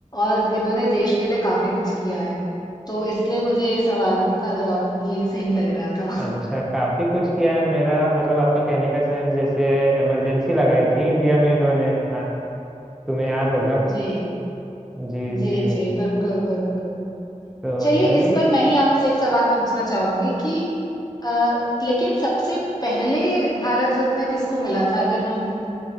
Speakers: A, on the left; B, in the centre.
A: और इन्होंने देश के लिए काफ़ी कुछ किया है तो इसलिए मुझे ये सवाल का जवाब ये सही लग रहा था <laughs>
B: अच्छा काफी कुछ किया है मेरा मतलब आपका कहने का सेंस जैसे इमरजेंसी लगाई थी इंडिया में इन्होंने हाँ, तुम्हें याद होगा
A: जी
B: जी
A: जी
B: जी
A: जी बिल्कुल बिल्कुल
B: तो
A: चलिए
B: चलिए
A: इस पर मैं ही आपसे एक सवाल पूछना चाहूंगी कि अ, लेकिन सबसे पहले भारत रत्न किसको मिला था अगर हम